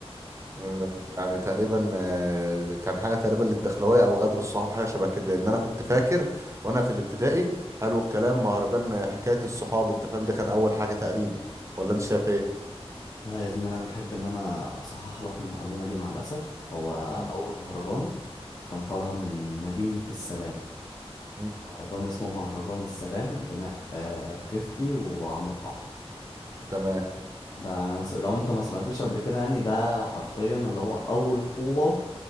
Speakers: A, on the right (about 30°); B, on the left (about 35°).
A: آه، يعني تقريبا آه، كان حاجه تقريبا للدخلويه او غدر الصحاب حاجه شبه كده لان انا كنت فاكر وانا في الابتدائي حلو الكلام مهرجان آه، حكايه الصحاب انت فاهم ده كان اول حاجه تقريبا ولا انت شايف ايه
B: لا يا زميلي انا حابب ان انا اصحح لك المعلومه دي مع الاسف هو
A: مم.
B: اول مهرجان كان طالع من مدينه السلام
A: مم.
B: مهرجان اسمه مهرجان السلام غناء آه 50 وعمرو حاح
A: تمام
B: ده انا نس- لو انت ما سمعتوش قبل كده يعني ده حرفيا اللي هو اول طوبه